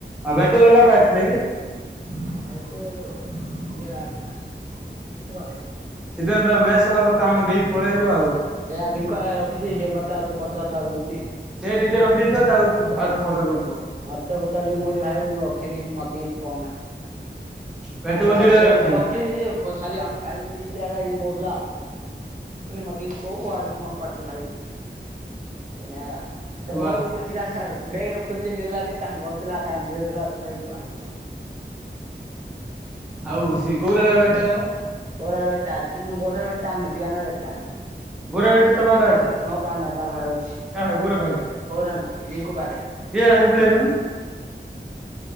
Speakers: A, in the centre; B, on the right.
A: ଆଉ ଭେଟୁଲ ହେରିକା କଣ ପାଇଁ ଆଇଥିଲେ କି?
B: <unintelligible>
A: ସିଦ୍ଧାନ୍ତ ମେସ୍ସ୍ ହେଲା ପରେ ତ ଆମେ ବି ପଳେଇଆଇଲୁ ଆଉ
B: ସେଇଆ ଭିଙ୍କୁ ଭାଇ ରଖିଛିି ସେ ମତେ ଆଉଥରେ ପଚାରିଲା କହୁଛନି।
A: ସେ ନିଜେ ରଖିଦେଇଥିବ ତାକୁ ଆ ଥରେ ପଚାରିଦଉଥିବ।
B: ମତେ ପଚାରିଲେ ମୁଁ କହିଲି ଭାଇ ମୁଁ ରଖିନି ମତେ କିଛି କହନା।
A: ବ୍ୟାଟବଲ
B: ତାପରେ ଆଉ
A: ଦିଟା
B: ସେ
A: ରଖିଥିଲା।
B: ସେ ରଖିସି ସେ ଖାଲି ଆମ କୁ ଗାଲିକରୁଥିଲା ଆଗମ କୁ କହୁଥିଲା। ମତେ କିଛି କହୁ ଏଆଡେ ମୋ ପାଟିରୁ ବାହାରି ଗଲା ତ
A: ୱା
B: ବଳ ଗୁଟେ ଥିଲା ବେଗେ ରେ ଖୁଜିଲି ମିଳିଲାନି ତାଙ୍କ ଘରେ ଥିଲା ତାଙ୍କ ଝିଅ ଥିଲା ଧରିକି ପଲେଇ ଆଇଲି <unintelligible>
A: ଆଉ ସେ ଗୌରାର <unintelligible>
B: ଗୌରା <unintelligible>
A: ଗୌରା ବ୍ୟାଟ ତୋ ପାଖରେ ଅଛି
B: ମୋ ପାଖରେ ନାଇଁ ତାପାଖରେ ଅଛି।
A: କା ପାଖରେ ଗୌରା ପାଖରେ
B: ଗୌରାର ନାଇଁ ରିଙ୍କୁ ପାଖରେ।
A: କିଏ ଧରି ପଳେଇ ଆଇଲୁଣୁ